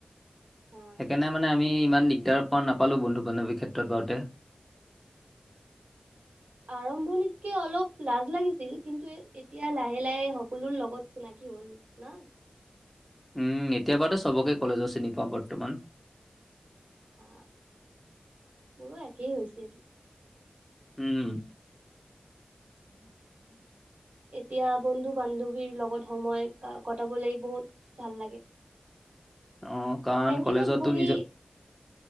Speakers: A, on the right (about 80°); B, in the centre.
A: হা
B: সেইকাৰণে মানে আমি ইমান দিগদাৰ প নাপালোঁ, বন্ধু বান্ধৱীৰ ক্ষেত্ৰত বাৰতে।
A: আৰম্ভণিত কে অলপ লাজ লাগিছিল, কিন্তু এতিয়া লাহে লাহে সকলোৰ লগত চিনাকি হ'ল। না'।
B: উম। এতিয়া, বাৰতো চবকে কলেজৰ চিনি পাওঁ বৰ্তমান।
A: হ, মোৰো একেই হৈছিল।
B: উম।
A: <inaudible> এতিয়া, বন্ধু বান্ধৱীৰ লগত সময় কটাবলৈ বহুত ভাল লাগে। <inaudible>
B: অ, কাৰণ
A: কেন্টিনত
B: কলেজতো
A: বহি
B: নিজৰ-